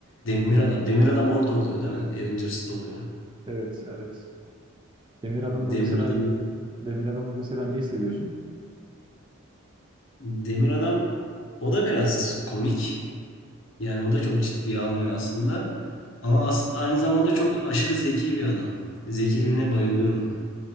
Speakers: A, on the left (about 60°); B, on the right (about 20°).
A: Demir Adam. Demir Adam orada oluyor değil mi? Avengers'ta oluyor.
B: Evet, evet. Demir Adam'da
A: Demir
B: mesela
A: Adam'ı
B: Demir Adam'da mesela neyi seviyorsun?
A: Demir Adam o da biraz komik. Yani o da çok ciddiye almıyor aslında. Ama as- aynı zamanda çok aşırı zeki bir adam. Zekiliğine bayılıyorum onun.